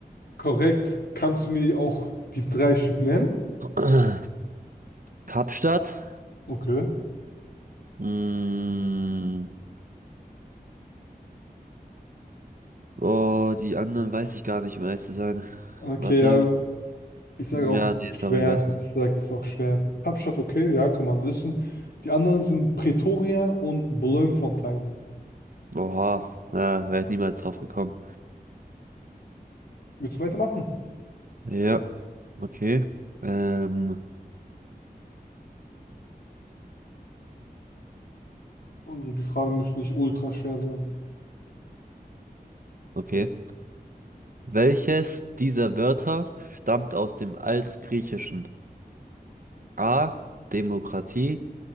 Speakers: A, on the left (about 75°); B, on the right (about 55°).
A: Korrekt. Kannst du mir auch die drei Stück nennen?
B: <clears throat> Kapstadt?
A: Okay.
B: Mm, oh, die anderen weiß ich gar nicht, um ehrlich zu sein.
A: Okay,
B: Warte.
A: ja. Ich sage auch
B: Ja, nee,
A: schwer.
B: sorry, weiß nicht.
A: Ich sage, es ist auch schwer. Kapstadt, okay, ja, kann man wissen. Die anderen sind Pretoria und Bloemfontein.
B: Oha, ja, wäre ich niemals drauf gekommen.
A: Willst du weitermachen?
B: Ja, okay. Ähm,
A: Also die Fragen müssen nicht ultra schwer sein.
B: okay. Welches dieser Wörter stammt aus dem Altgriechischen? A. Demokratie,